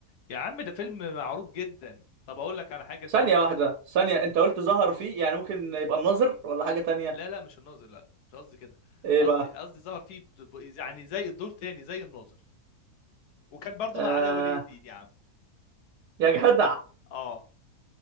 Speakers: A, on the left; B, on the right.
A: يا عم ده فيلم معروف جدا طب اقول لك على حاجه الفيلم
B: ثانيه
A: ده
B: واحده
A: كان
B: ثانيه انت قلت ظهر فيه يعني ممكن يبقى الناظر ولا حاجه تانية
A: لا لا مش الناظر لا مش قصدي كده
B: ايه
A: قصدي
B: بقى
A: قصدي ظهر فيه بد- ب... يعني زي الدور تاني زي الناظر وكان برضو
B: آه
A: مع علاء ولي الدين يا عم
B: يا جدع
A: اه